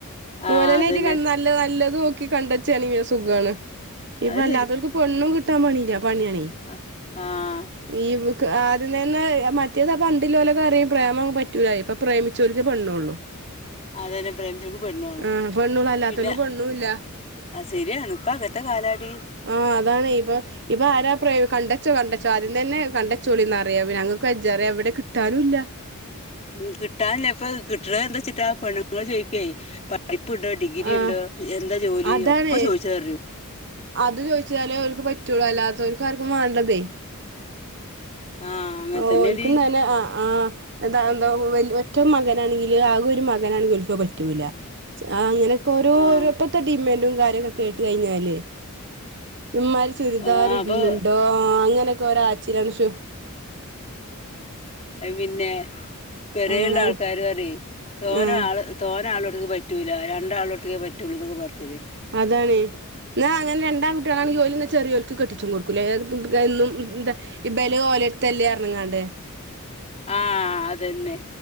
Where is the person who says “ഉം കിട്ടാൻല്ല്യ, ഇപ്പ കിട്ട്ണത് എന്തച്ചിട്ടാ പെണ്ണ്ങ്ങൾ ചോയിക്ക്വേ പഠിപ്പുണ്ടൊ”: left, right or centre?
Left